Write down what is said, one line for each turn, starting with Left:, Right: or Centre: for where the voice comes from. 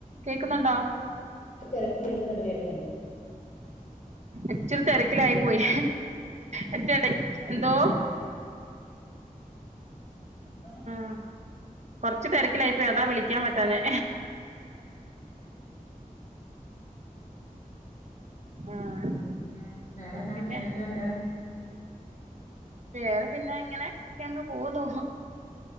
Right: കേക്കുന്നുണ്ടോ
Left: തിരക്കിൽ കേൾക്കുന്നുണ്ട് കേൾക്കുന്നുണ്ട്
Right: ഇച്ചരി തിരക്കിലായി പോയി അതിന്റിടയ്ക്ക് എന്തോ
Left: എന്നാ പറയാം
Right: ഉം കൊറച്ച് തിരക്കിലായി പോയി അതാ വിളിക്കാൻ പറ്റാഞ്ഞെ ആഹ്
Left: ഉം പിന്നെ വേറെ എന്നാ
Right: പിന്നെ
Left: എന്നൊക്കെയുണ്ട്
Right: വേറെ പിന്നെ ഇങ്ങനെ ഒക്കെ അങ്ങ് പോന്നു